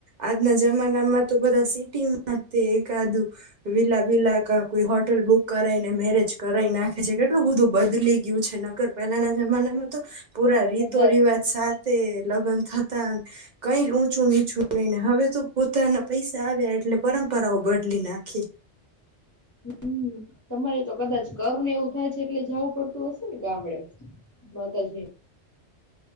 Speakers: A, on the right (about 50°); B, on the left (about 20°).
A: આજના જમાનામાં તો બધા સિટીમાં તે એકાદું વિલા બીલા ક કોઈ હોટલ બુક કરાવાઈને મેરેજ કરાઈ નાખે છે કેટલું બધું બદલી ગયું છે નકર પહેલાના જમાનામાં તો પુરા રીતો
B: કદાચ
A: રિવાજ સા તે લગ્ન થતા કઈ ઊંચું નીચું નઈ ને હવે તો પોતાના પૈસા આવ્યા એટલે પરંપરાઓ બદલી નાખી
B: હમ તમારે તો કદાચ કર ને એવું થાય છે એટલે જવું પડતું તું હ ને ગાામડ બતા જે